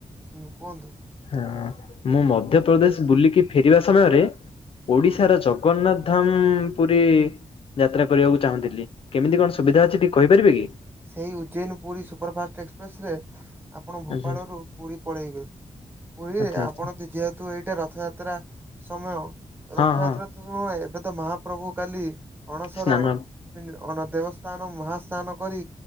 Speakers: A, on the right; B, on the left.
A: ହୁଁ କୁହନ୍ତୁ?
B: ହଁ ମୁଁ ମଧ୍ୟପ୍ରଦେଶ ବୁଲିକି ଫେରିବା ସମୟରେ ଓଡିଶାର ଜଗନ୍ନାଥ ଧାମ ପୁରୀ ଯାତ୍ରା କରିବାକୁ ଚାହୁଁଥିଲି କେମିତି କଣ ସୁବିଧା ଅଛି ଟିକେ କହିପାରିବେ କି?
A: ସେଇ Ujjain Puri super fast express ରେ ଆପଣ ଭୋପାଳରୁୁ
B: ଆଚ୍ଛା
A: ପୁରୀ ପଳେଇବେ ପୁରୀରେ
B: ଆଚ୍ଛା
A: ଆପଣ
B: ଆଚ୍ଛା
A: ଯେହେ କିନ୍ତୁ ଏଇଟା ରଥଯାତ୍ରା ସମୟ ରଥଯାତ୍ରା
B: ହଁ ହଁ
A: ତ ନୁହେଁ ଏବେ ତ ମହାପ୍ରଭୁ କାଲି ଅଣସର
B: ସ୍ନାନ
A: ଅ ଦେବସ୍ନାନ ମହାସ୍ନାନ କରି